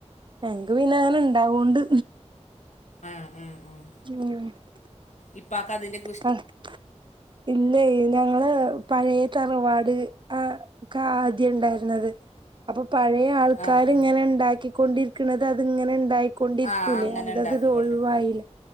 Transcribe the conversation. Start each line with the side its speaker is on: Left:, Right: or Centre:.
Right: ഞങ്ങക്ക് പിന്നെ അയന്നെ ണ്ടാവോണ്ട്
Left: ആ ഹ് ആഹ് ആഹ്
Right: <unintelligible>
Left: ഇപ്പാക്കതിന്റെ
Right: പ്പ ഹ് ഇല്ലെ ഞങ്ങള് പഴേ തറവാട് ആ ക്കാദ്യം ണ്ടായിരുന്നത് അപ്പൊ പഴയ ആൾക്കാര്
Left: ആഹ് ആഹ്
Right: ഇങ്ങനെ ഇണ്ടാക്കിക്കൊണ്ടിരിക്ക്ണത് അത്ങ്ങനെ ണ്ടായി ക്കൊണ്ടിരിക്കൂലേ
Left: ആഹ് അങ്ങനെ
Right: അത
Left: ഉണ്ടാക്കിക്കൊണ്ട്ക്കും
Right: ത് ഒഴിവായി ലെ